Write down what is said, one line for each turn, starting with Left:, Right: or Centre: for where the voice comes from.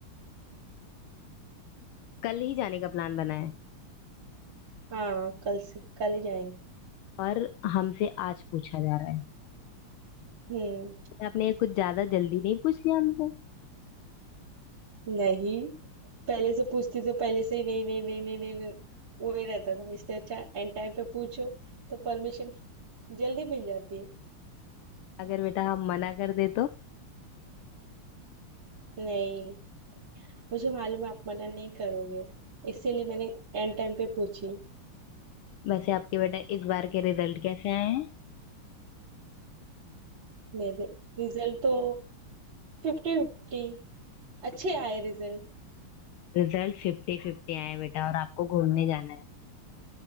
Left: कल ही जाने का प्लान बना है
Right: हाँ कल से कल ही जाएंगे
Left: और हमसे आज पूछा जा रहा है
Right: हम्म
Left: बेटा, आपने कुछ ज्यादा जल्दी नहीं पूछ लिया हमसे
Right: नहीं पहले से पूछती तो पहले से ही नहीं नहीं नहीं नहीं नहीं नहीं, वो ही रहता था इससे अच्छा एंड टाइम पे पूछो तो परमिशन जल्दी मिल जाती है
Left: अगर बेटा हम मना कर दे तो
Right: नहीं मुझे मालूम है आप मना नहीं करोगे इसीलिए मैंने एंड टाइम पे पूछी
Left: वैसे आपके बेटा इस बार के रिजल्ट कैसे आए हैं
Right: मेरे रिजल्ट तो फिफ्टी फिफ्टी अच्छे आए रिजल्ट
Left: रिजल्ट फिफ्टी फिफ्टी आए हैं बेटा और आपको घूमने जाना है